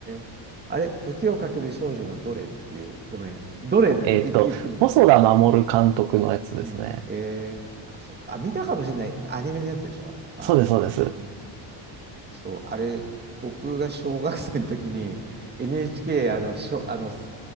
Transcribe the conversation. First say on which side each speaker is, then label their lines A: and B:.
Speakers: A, on the right; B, on the right.
A: ー、あれ、時をかける少女のどれっていう、ごめん、どれって言ってるな、
B: <laughs> えっと、細田守監督のやつですね。
A: うん。うん。えー、あ、そうか。あ、見たかもしれない。アニメのやつでしょあ、
B: そうです、
A: 見たかもしれない。
B: そうです。
A: うんそう、あれ、僕が小学生の時に NHK、あの、しょ、あの、し